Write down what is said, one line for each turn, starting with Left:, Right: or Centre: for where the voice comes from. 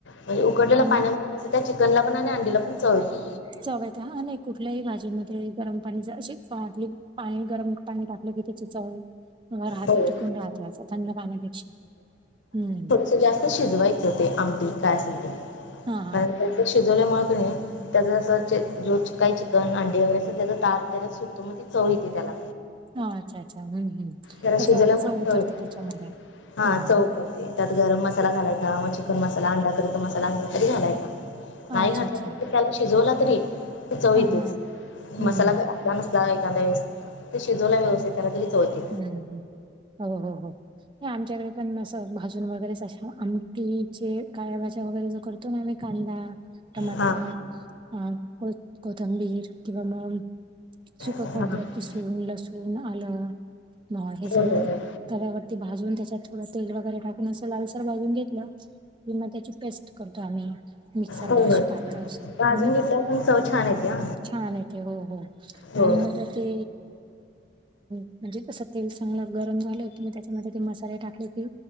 Left: म्हणजे उकळलेल्या
Right: आणि
Left: पाण्यामुळे कसं त्या चिकनला पण आणि अंडीला पण चव येते
Right: चव येते हा नाही कुठल्याही भाजीमध्ये गरम पाणी जरा अशी पाणी गरम पाणी टाकलं की त्याची चव राहते
Left: हो
Right: टिकून राहते असं, थंड पाण्यापेक्षा हम्म
Left: ते जास्त शिजवायचं ते आमटी काय असेल ते,
Right: हा हा
Left: कारण त्याचं शिजवल्यामुळे का नाही त्याचं जसं जो काही चिकन, अंडी वगैरे असं त्याचा तार त्याच्यात सुटतो मग ती चव येते त्याला.
Right: हा अच्छा अच्छा हम्म हम्म
Left: जरा
Right: तसं
Left: शिजवल्यामुळे
Right: चव उतरते
Left: येते
Right: त्यांच्यामुळे हम्म.
Left: हां चव त्यात गरम मसाला घालायचा, मग चिकन मसाला, अंडा करीचा मसाला अंड तरी घालायचा. नाही
Right: अच्छा
Left: घातला
Right: अच्छा
Left: त्याला शिजवला तरी ही चव येतेच
Right: हा हा हम्म
Left: मसाला एखांदा वेळेस ते शिजवला व्यवस्थित त्याला तरी चव येते.
Right: हम्म हम् हो हो हो. आमच्याकडे पण असं भाजून वगैरेशा, आमटीचे काळ्या भाज्या वगैरे जे करत कांदा, टोमॅटो,
Left: हां
Right: अ... कोथिंबीर किंवा मग सुकं
Left: हां
Right: खोबरं
Left: हो
Right: किसून, लसुन, आलं मग हे सगळं
Left: हो हो
Right: तव्यावरती भाजून, त्याच्यात थोडं तेल वगैरे टाकून असं लालसर भाजून घेतलं किं मग त्याची पेस्ट करतो आम्ही मिक्सरला
Left: होय
Right: अशी
Left: होय
Right: टाकतो असून
Left: भाजून
Right: मग
Left: घेतल्यावर पण चव छान येते हा
Right: छान य ते हो हो.
Left: होय
Right: आणि मग ते म्हणजे तसं तेल चांगलं गरम झालंत, मग त्याच्यामध्ये ते मसाले टाकले की